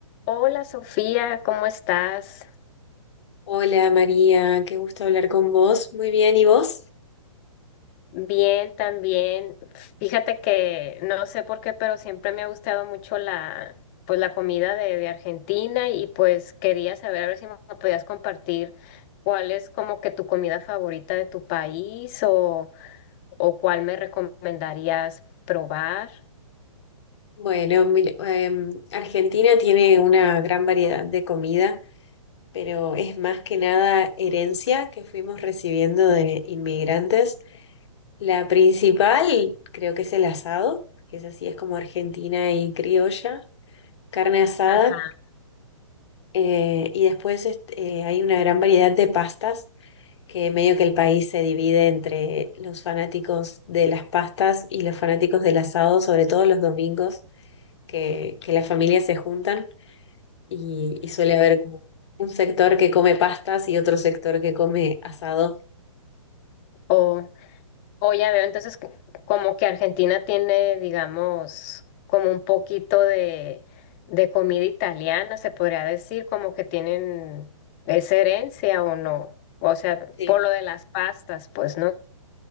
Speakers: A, on the left; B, on the left.
A: Hola Sofía, ¿cómo estás?
B: Hola María, qué gusto hablar con vos. Muy bien, ¿y vos?
A: Bien, también. Fíjate que no sé por qué, pero siempre me ha gustado mucho la, pues la comida de, de Argentina y pues quería saber a ver si me podías compartir cuál es como que tu comida favorita de tu país o, o cuál me recomendarías probar.
B: Bueno, mira, em, Argentina tiene una gran variedad de comida, pero es más que nada herencia que fuimos recibiendo de inmigrantes. La principal creo que es el asado, que es así, es como argentina y criolla, carne asada.
A: Ajá.
B: Eh, y después este, eh, hay una gran variedad de pastas, que medio que el país se divide entre los fanáticos de las pastas y los fanáticos del asado, sobre todo los domingos, que, que las familias se juntan y, y suele haber como un sector que come pastas y otro sector que come asado.
A: ujú, O ya veo, entonces c- como que Argentina tiene, digamos, como un poquito de, de comida italiana, se podría decir, como que tienen esa herencia o no. O sea,
B: Sí,
A: por lo de las pastas, pues, ¿no?